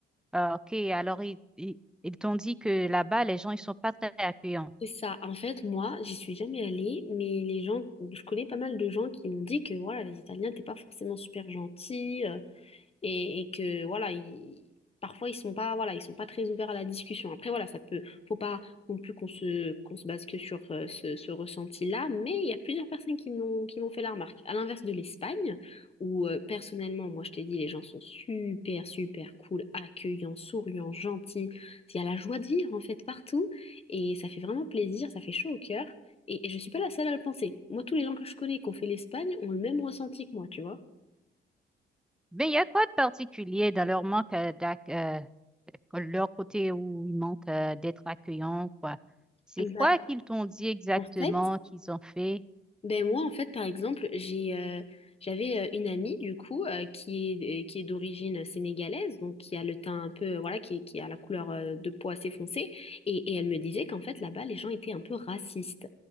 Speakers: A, in the centre; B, on the left.
A: Ah, ok, alors ils, ils, ils t'ont dit que là-bas, les gens, ils sont pas très accueillants.
B: c'est ça. En fait, moi, j'y suis jamais allée, mais les gens, je connais pas mal de gens qui m'ont dit que voilà, les Italiens, t'es pas forcément super gentils. euh, et, et que voilà ils- parfois ils sont pas voilà ils sont pas très ouverts à la discussion après voilà ça peut faut pas non plus qu'on se qu'on se base que sur euh, ce, ce ressenti-là mais il y a plusieurs personnes qui me l'ont qui m'ont fait la remarque à l'inverse de l'Espagne où euh, personnellement moi je t'ai dit les gens sont super super cool accueillants souriants gentils il y a la joie de vivre en fait partout et ça fait vraiment plaisir ça fait chaud au cœur et, et je suis pas la seule à le penser moi tous les gens que je connais qui ont fait l'Espagne ont le même ressenti que moi tu vois
A: Mais il y a quoi de particulier dans leur manque euh, d'ac- euh, leur côté où ils manquent euh, d'être accueillants, quoi? C'est
B: Bah,
A: quoi qu'ils t'ont dit exactement
B: en fait,
A: qu'ils ont fait?
B: Ben moi en fait par exemple j'ai euh, j'avais euh, une amie du coup euh, qui est euh, qui est d'origine sénégalaise donc qui a le teint un peu voilà qui est- qui a la couleur euh, de peau assez foncée et, et elle me disait qu'en fait là-bas les gens étaient un peu racistes.